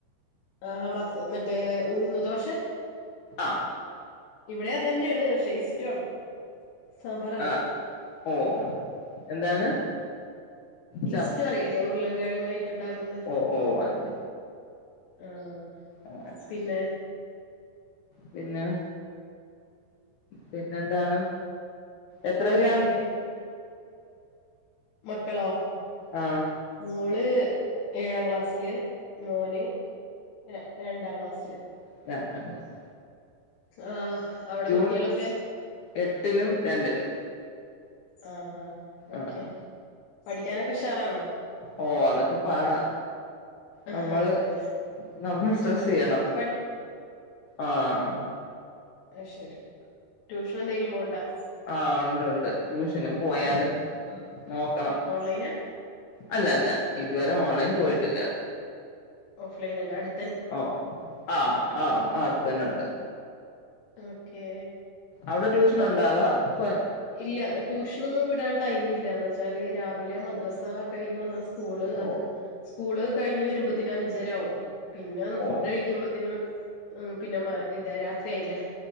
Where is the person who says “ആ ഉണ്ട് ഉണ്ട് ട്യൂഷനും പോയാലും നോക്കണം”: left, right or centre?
Left